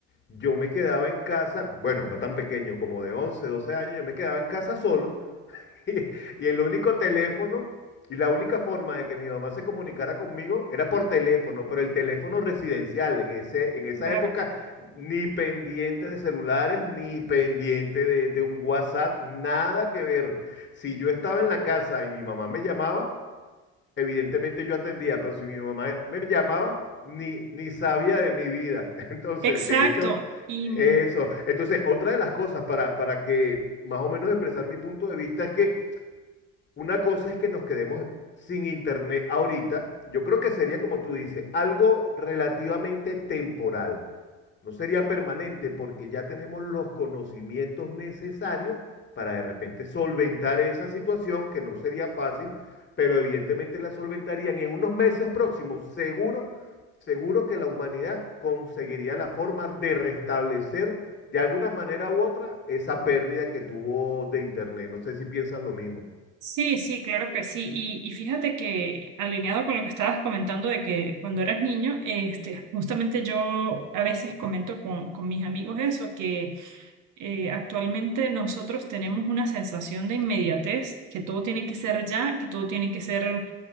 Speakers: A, on the left; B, on the right.
A: yo me quedaba en casa, bueno, no tan pequeño, como de 11 12 años, yo me quedaba en casa solo <laughs> y, y el único teléfono y la única forma de que mi mamá se comunicara conmigo era por teléfono, pero el teléfono residencial en ese, en esa
B: Claro.
A: época, ni pendiente de celulares, ni pendiente de, de un WhatsApp, nada que ver. Si yo estaba en la casa y mi mamá me llamaba, evidentemente yo atendía, pero si mi mamá me llamaba, ni, ni sabía de mi vida. <laughs> Entonces,
B: Exacto.
A: de hecho,
B: Y mm,
A: eso. Entonces, otra de las cosas para, para que más o menos expresar mi punto de vista es que una cosa es que nos quedemos sin internet ahorita. Yo creo que sería, como tú dices, algo relativamente temporal. No sería permanente porque ya tenemos los conocimientos necesarios para de repente solventar esa situación que no sería fácil, pero evidentemente la solventarían en unos meses próximos. Seguro, seguro que la humanidad conseguiría la forma de restablecer de alguna manera u otra esa pérdida que tuvo de Internet. No sé si piensas lo mismo.
B: Sí, sí, claro que sí. Y, y fíjate que alineado con lo que estabas comentando de que cuando eras niño, este, justamente yo a veces comento con, con mis amigos eso, que eh, actualmente nosotros tenemos una sensación de inmediatez, que todo tiene que ser ya, que todo tiene que ser